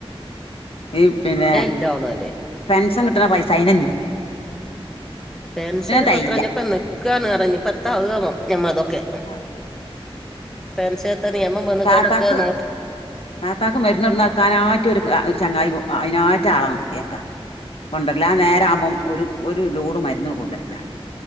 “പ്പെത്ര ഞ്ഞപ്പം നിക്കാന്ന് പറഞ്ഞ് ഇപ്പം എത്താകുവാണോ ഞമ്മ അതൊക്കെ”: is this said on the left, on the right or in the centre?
Centre